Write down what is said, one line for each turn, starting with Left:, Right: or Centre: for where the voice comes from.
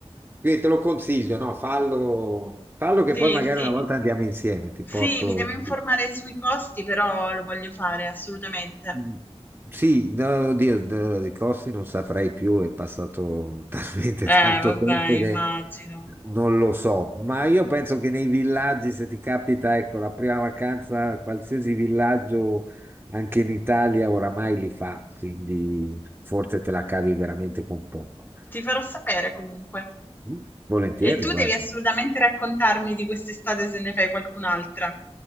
Right: Quindi te lo consiglio, no? Fallo, fallo che
Left: Sì,
Right: poi magari
Left: sì.
Right: una volta andiamo insieme, ti
Left: Sì,
Right: porto...
Left: mi devo informare sui costi, però lo voglio fare assolutamente.
Right: mm, Sì, no, oddio, no, di costi non saprei più, è passato <laughs> talmente
Left: Eh,
Right: tanto
Left: vabbè,
Right: tempo che
Left: immagino.
Right: non lo so, ma io penso che nei villaggi, se ti capita, ecco, la prima vacanza, qualsiasi villaggio, anche in Italia, oramai li fa, quindi forse te la cavi veramente con poco.
Left: Ti farò sapere comunque.
Right: Mm, Volentieri,
Left: E tu
Right: guarda.
Left: devi assolutamente raccontarmi di quest'estate se ne fai qualcun'altra.